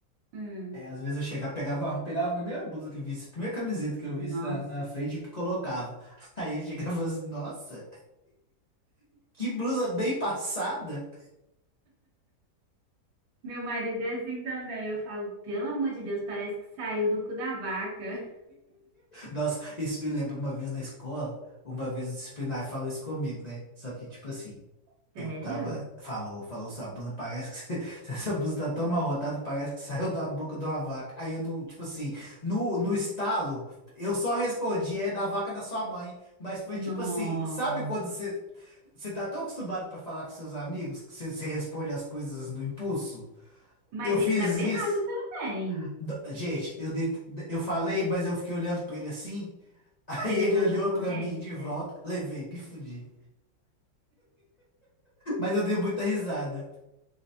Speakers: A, on the right; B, on the left.
A: Hum.
B: Aí, às vezes eu chegava, pegava, pegava a primeira blusa que visse, a primeira camiseta que
A: Nossa.
B: eu visse na, na frente e colocava. <laughs> Aí eu chegava assim, nossa, que blusa bem passada.
A: Meu marido é assim também. Eu falo, pelo amor de Deus, parece que saiu do cu da vaca.
B: Nossa, isso me lembra uma vez na escola, uma vez o disciplinar falou isso comigo, né? Só que, tipo assim,
A: <laughs>
B: eu
A: Sério?
B: tava, falou, falou, sua blusa parece que, você- <laughs> essa blusa tá tão amarrotada, parece que saiu da boca de uma vaca. Aí eu, não- tipo assim, no, no estalo, eu só respondi, é da vaca da sua mãe. Mas foi
A: Nossa.
B: tipo assim, sabe quando você Você tá tão acostumado pra falar com seus amigos que você você responde as coisas no impulso?
A: Mas
B: Eu fiz
A: ele tava
B: isso.
A: errado também.
B: D- Gente, eu, dei, eu falei, mas eu fiquei olhando pra ele assim. <laughs> Aí
A: Você levou
B: ele olhou
A: uma ocorrência?
B: pra mim de volta. Levei, me fudi. Mas eu dei muita risada.